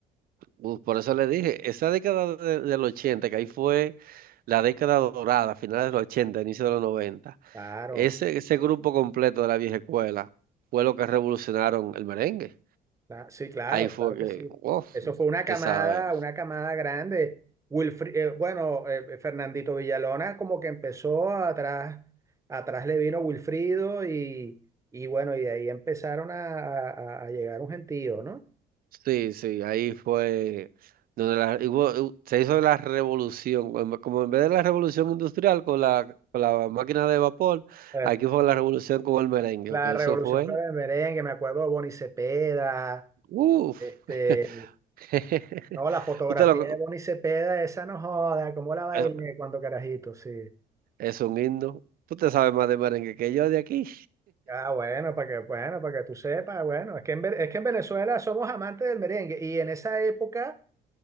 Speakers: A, on the right (about 60°); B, on the right (about 20°).
A: Bu- Por eso le dije, esa década de- del 80, que ahí fue la década dorada, finales de los 80, inicio de los 90,
B: claro,
A: ese, ese grupo completo de la vieja escuela fue lo que revolucionaron el merengue.
B: cla- sí, claro,
A: Ahí fue
B: claro que
A: que,
B: sí.
A: wow,
B: Eso fue una
A: usted
B: camada,
A: sabe.
B: una camada grande. Wilfri- eh, bueno, eh, eh, Fernandito Villalona como que empezó atrás, atrás le vino Wilfrido y, y bueno, y de ahí empezaron a, a- a llegar un gentío, ¿no?
A: Sí, sí, ahí fue donde la, y hubo- hu- se hizo la revolución, como como en vez de la revolución industrial con la, con la máquina de vapor,
B: Eh,
A: aquí fue la revolución con el merengue,
B: la
A: que
B: Revolución
A: eso fue,
B: Clara del Merengue, me acuerdo de Bonnie Cepeda,
A: uff,
B: este,
A: <laughs>
B: no, la fotografía
A: usted lo,
B: de
A: co-
B: Bonnie Cepeda, esa no joda, cómo la bailé
A: es
B: cuando carajito, sí.
A: es un himno, usted sabe más de merengue que yo de aquí,
B: Ah, bueno, para que, bueno, para que tú sepas, bueno, es que en, Ve- es que en Venezuela somos amantes del merengue y en esa época